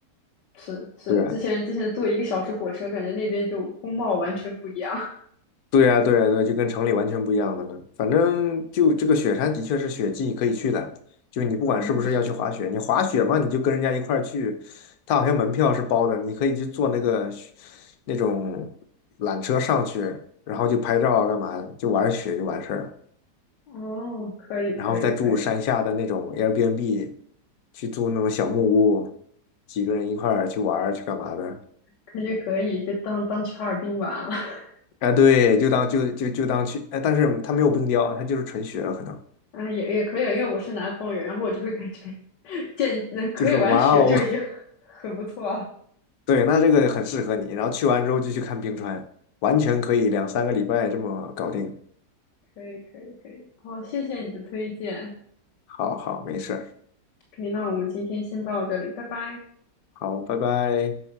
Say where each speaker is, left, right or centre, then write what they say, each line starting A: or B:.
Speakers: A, on the left; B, on the left.
A: 是是，
B: 对，
A: 之前之前坐一个小时火车，感觉那边就风貌完全不一样。
B: 对呀，对呀，对，就跟城里完全不一样的呢。反正就这个雪山的确是雪季可以去的，就你不管是不是要去滑雪，
A: 啊，那是
B: 你滑雪嘛，你就跟人家一块儿去，他好像门票是包的，你可以去坐那个雪那种缆车上去，然后就拍照啊，干嘛，就玩雪就完事儿了，
A: 哦，可以可以可以，
B: 然后再住山下的那种 Airbnb，去住那种小木屋，几个人一块儿去玩儿去干嘛的。
A: 感觉可以，就当当去哈尔滨玩了。<laughs>
B: 哎，对，就当就就就当去，哎，但是它没有冰雕，它就是纯雪了，可能。
A: 啊，也也可以，因为我是南方人，然后我就会感觉见能可以玩雪就已经
B: 就是哇哦，
A: <laughs> 很不错了。
B: <laughs> 对，那这个很适合你。然后去完之后就去看冰川，完全可以两三个礼拜这么搞定。
A: 可以可以可以，好，谢谢你的推荐。
B: 好好，没事儿，
A: 可以，那我们今天先到这里，拜拜。
B: 好，拜拜。